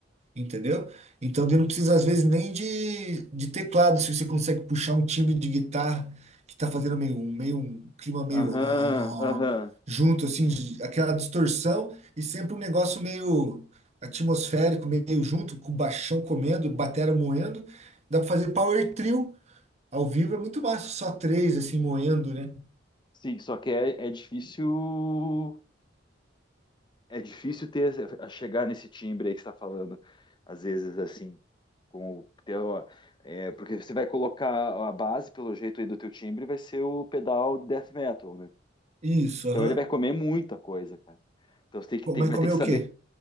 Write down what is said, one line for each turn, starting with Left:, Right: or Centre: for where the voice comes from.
Right: entendeu? Então, daí não precisa, às vezes, nem de, de teclado, se você consegue puxar um timbre de guitarra que está fazendo meio, um- meio um clima meio
Left: aham,
Right: ó,
Left: aham.
Right: junto, assim, de- aquela distorção e sempre um negócio meio atmosférico, meio junto, com o baixão comendo, batera moendo. Dá para fazer power trio ao vivo, é muito massa, só três, assim, moendo, né?
Left: Sim, só que é, é difícil é difícil ter a chegar nesse timbre aí que você está falando, às vezes assim, com o teu, é, porque você vai colocar a base pelo jeito aí do teu timbre vai ser o pedal de death metal, né?
Right: Isso,
Left: Então
Right: aham.
Left: ele vai comer muita coisa, cara. Então você tem que
Right: Co-
Left: tem-
Right: Mas
Left: vai
Right: comer
Left: ter que saber,
Right: o quê?